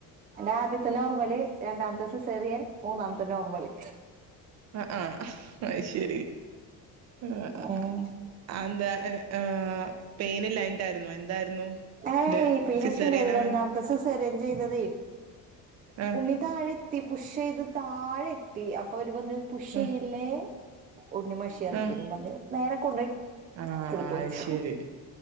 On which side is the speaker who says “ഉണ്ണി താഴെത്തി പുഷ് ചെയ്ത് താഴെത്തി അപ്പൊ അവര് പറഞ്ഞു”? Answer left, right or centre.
Right